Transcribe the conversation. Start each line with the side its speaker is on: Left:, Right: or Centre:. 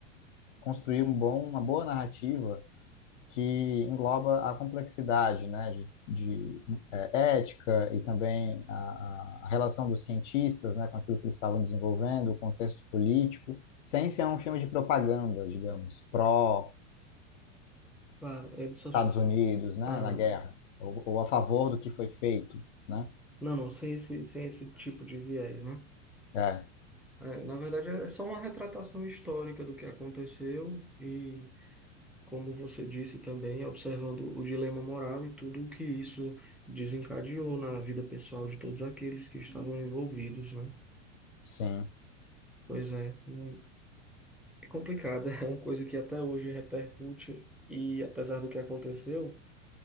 Left: construir um bom, uma boa narrativa que engloba a complexidade, né, de, de, eh, ética e também a, a- a relação dos cientistas, né, com aquilo que eles estavam desenvolvendo, o contexto político, sem ser um filme de propaganda, digamos, pró
Centre: Claro, ele só.
Left: Estados Unidos, né,
Centre: Aham.
Left: na guerra, ou, ou a favor do que foi feito, né?
Centre: Não, não, sem esse, sem esse tipo de viés, né?
Left: É,
Centre: É, na verdade, é só uma retratação histórica do que aconteceu e como você disse também, observando o dilema moral e tudo o que isso desencadeou na vida pessoal de todos aqueles que estavam envolvidos, né?
Left: sim,
Centre: Pois é, hum, é complicado, <laughs> é uma coisa que até hoje repercute e apesar do que aconteceu,